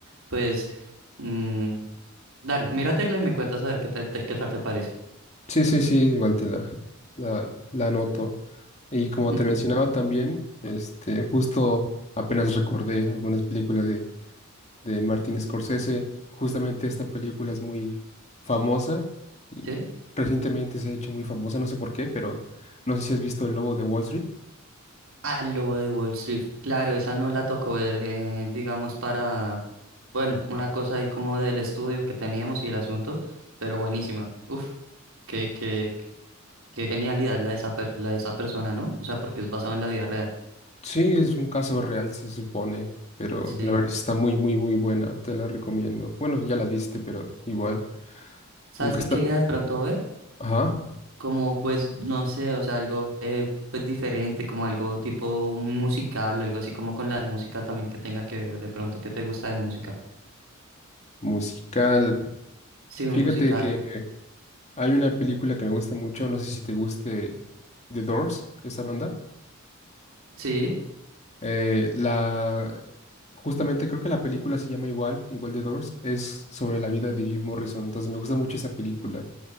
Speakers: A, on the right; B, on the left.
A: pues, mm, dale, míratela y me cuentas a ver qué tal te, qué tal te parece.
B: Sí, sí, sí, igual te la, la, la anoto. Y como
A: <laughs>
B: te mencionaba también, este, justo apenas recordé algunas películas de, de Martin Scorsese. Justamente esta película es muy famosa y
A: ¿Sí?
B: recientemente se ha hecho muy famosa, no sé por qué, pero no sé si has visto El Lobo de Wall Street.
A: Al lobo de Wall Street. Claro, esa no la tocó ver, eh, digamos, para, bueno, una cosa ahí como del estudio que teníamos y el asunto, pero buenísima. Uf, qué, qué, qué genialidad la de esa, per- la de esa persona, ¿no? O sea, porque es basado en la vida real.
B: Sí, es un caso real, se supone, pero
A: Sí.
B: la verdad está muy, muy, muy buena, te la recomiendo. Bueno, ya las viste, pero igual,
A: ¿Sabes
B: nunca
A: qué
B: está...
A: quería de pronto ver?
B: Ajá,
A: Como, pues, no sé, o sea, algo, eh, pues, diferente, como algo tipo musical o algo así como con la música también que tenga que ver de pronto qué te gusta de música.
B: musical.
A: Sí, un
B: Fíjate
A: musical.
B: que hay una película que me gusta mucho, no sé si te guste The Doors, esa banda.
A: Sí.
B: Eh, la, justamente creo que la película se llama igual, igual The Doors, es sobre la vida de Jim Morrison, entonces me gusta mucho esa película,